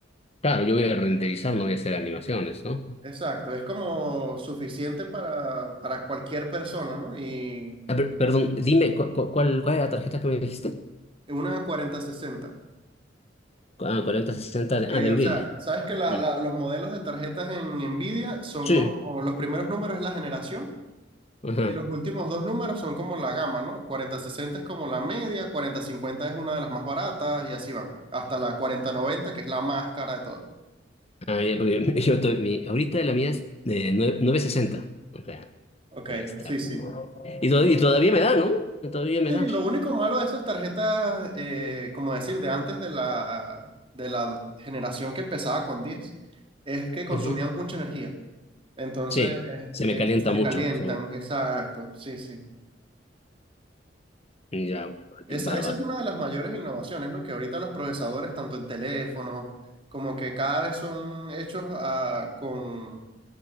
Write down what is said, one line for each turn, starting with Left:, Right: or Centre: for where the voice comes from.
Left: Claro, yo voy a renderizar, no voy a hacer animaciones, ¿no?
Right: Exacto, es como suficiente para, para cualquier persona, ¿no? Y
Left: Ah, per- perdón, dime, ¿cu- cu- cuál, cuál es la tarjeta que me dijiste?
Right: una cuarenta sesenta.
Left: Ah, cuarenta sesenta de,
Right: Que,
Left: ah, de
Right: o
Left: Nvidia.
Right: sea, sabes que la-
Left: ujú.
Right: la- los modelos de tarjetas en Nvidia son
Left: Sí.
Right: como los primeros números es la generación
Left: Ajá.
Right: y los últimos dos números son como la gama, ¿no? Cuarenta sesenta es como la media, cuarenta cincuenta es una de las más baratas y así van, hasta la cuarenta noventa que es la más cara de todas.
Left: Ah, ya, porque <laughs> yo to- mi, ahorita la mía es de nue- 960. O sea,
Right: Ok,
Left: debe estar.
Right: sí, sí.
Left: Y, to- y todavía me da, ¿no? Todavía me
Right: Sí,
Left: da.
Right: lo único malo de esas tarjetas, eh, como decir, de antes de la, de la generación que empezaba con 10 es que consumían
Left: Ujú.
Right: mucha energía. Entonces,
Left: Sí, se me
Right: eh,
Left: calienta
Right: se
Left: mucho.
Right: calientan,
Left: Soy,
Right: exacto, sí, sí.
Left: ya,
Right: Esa,
Left: bárbaro.
Right: esa es una de las mayores innovaciones, ¿no? Que ahorita los procesadores, tanto en teléfonos, como que cada vez son hechos ah, con,